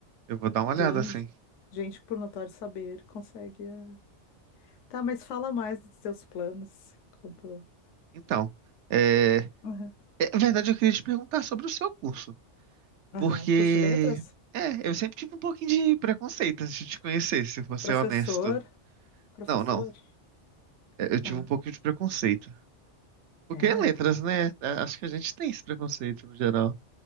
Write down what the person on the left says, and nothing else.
Tem
ge- gente que por notório saber consegue. ah. Tá, mas fala mais dos seus planos. Enquanto...
Aham.
Aham.
Curte letras?
Professor.
Professor?
Ah,
é.